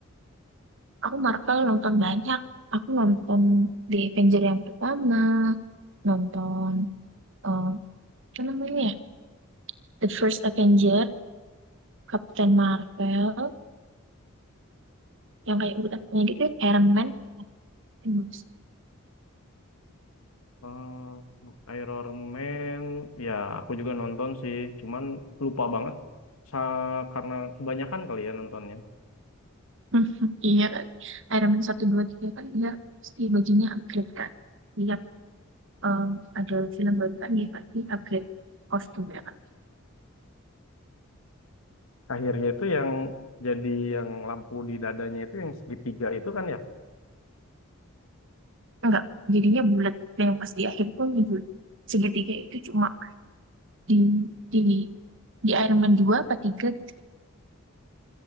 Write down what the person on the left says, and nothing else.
Hmm, Iron Man, ya aku juga nonton sih, cuman lupa banget sa- karena kebanyakan kali ya nontonnya.
Akhirnya itu yang jadi yang lampu di dadanya itu yang segitiga itu kan ya?